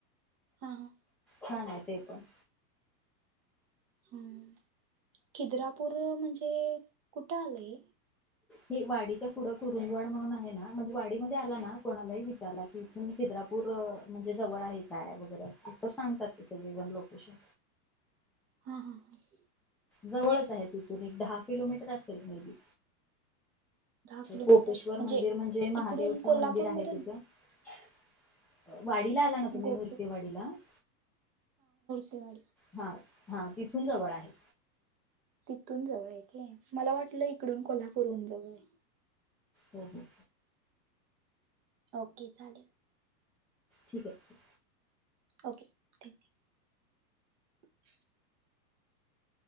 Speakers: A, on the right; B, in the centre.
A: हा -हा -
B: छान आहे ते पण.
A: हम्म खिद्रापूर म्हणजे कुठे आलंय हे?
B: हे वाडीच्या पुढं कुरुंदवाड म्हणून आहे ना, म्हणजे वाडी मध्ये आला ना कोणालाही विचारला की, इथून खिद्रापूर म्हणजे जवळ आहे काय? वगैरे अस तर, सांगतात ते सगळेजण लोकेशन.
A: हा -हा -
B: जवळच आहे तिथून एक दहा किलोमीटर असेल मेदी
A: दहा किलोमीटर
B: कोपेश्वर मंदिर म्हणजे महादेवच
A: इकडून कोल्हापूरमधून
B: मंदिर आहे. तिथ <inaudible> वाडीला आला ना तुम्ही
A: गोपी
B: <unintelligible> वाडीला -
A: <unintelligible>
B: हा-हा तिथून जवळ आहे.
A: तिथून जवळ आहे के मला वाट - आपलं इकडून कोल्हापूरहून जवळ आहे.
B: हम्म हम्म
A: ओके चालेल.
B: ठीक आहे.
A: ओके ठेवते. <inaudible>